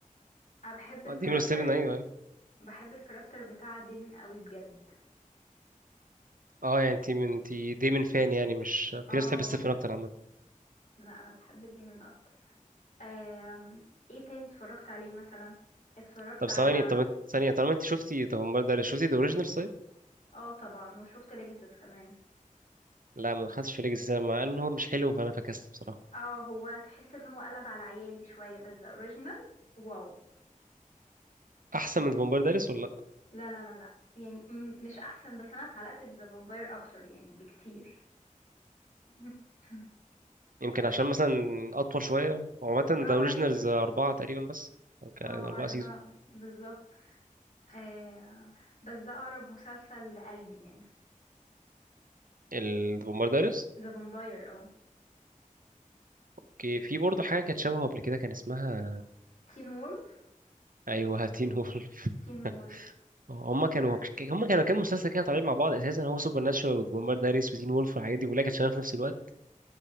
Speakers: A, on the left (about 65°); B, on the right (about 80°).
A: انا بحب الكاركتر
B: <laughs> ديمون ستيفن ايوه ايوه
A: بحب الكاركتر بتاع ديمون قوي بجد
B: اه يعني انت انت دايما فان يعني مش
A: اه
B: في ناس بتحب ستيفن اكتر عامه.
A: لا انا بحب ديمون اكتر آم، ايه تاني اتفرجت عليه مثلا اتفرجت
B: طب ثواني
A: على
B: طب ثانية طالما انت شفتي طب بومبار دارس شفتي ذا اوريجينال طيب؟
A: اه طبعا وشفت ليجاسيس كمان
B: لا ما دخلتش في ليجاسي سينما مع ان هو مش حلو فانا فكست بصراحة
A: اه هو تحس ان هو قلب على عيالي شويه بس ذا اوريجينال واو
B: احسن من بومبار دارس ولا لا؟
A: لا لا لا لا يعني م- مش احسن بس انا اتعلقت بذا فامباير اكتر يعني بكتير <clears throat>
B: يمكن عشان مثلا اطول شوية هو عامة
A: اه
B: ذا اوريجينالز
A: ايه
B: اربعة تقريبا بس كان
A: اه
B: اربعة
A: اقرب
B: سيزون
A: بقى، بالظبط آه بس ده اقرب مسلسل لقلبي يعني
B: البومبار دارس
A: ذا فامباير اه
B: اوكي في برضه حاجة كانت شبهه قبل كده كان اسمها
A: تين وولف
B: <laughs> ايوه هاتين وولف
A: تين وولف
B: <laughs> هما كانوا
A: لا
B: هما كانوا كام مسلسل كده طالعين مع بعض اساسا هو سوبر ناتشورال وبومبار دارس وتين وولف والحاجات دي كلها كانت شغالة في نفس الوقت